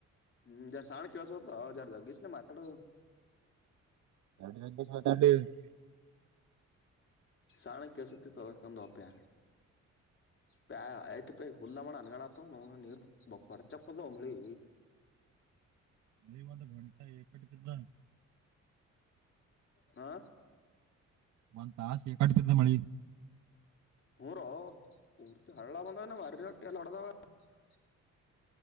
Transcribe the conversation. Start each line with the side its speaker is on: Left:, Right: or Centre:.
Left: ಹ್ಮ್ ಜಾರ ಶಾಣ ಕವಸೊಪ ಹ ಜಾರ ಜಗಿಿಸ ಮಾತಾಡ
Right: ಎೋ <inaudible>
Left: ಸಣ್ಣ ಕೆಸತಿ ತಲ್ಲಕಂದುಪೇ ಪ ಐ್ತ <unintelligible> ಪೈ ಹುಲ್ಲ ಮಾಡ ಅನಗಡತ ನೀರ್ ಬ ಬರ್ಚಕ್ ಹಲ್ಲ ಒಮ್ಮಳಿ
Right: ಮಳಿ ಒಂದು ಗಂಟ ಎಕಟ್ಟಿದ್ದ <unintelligible>
Left: ಹಾ
Right: ಒಂದ್ ತಾಸ ಕಡ್ತಿಂದ ಮಳಿ
Left: ಹ್ಞ ರೋ ಪೂರ್ತಿ ಹಳ್ಳಲ ಬಂದ ಮಾರಿನ ಹೊಟ್ಟಿ ಲಡದಾವ <unintelligible>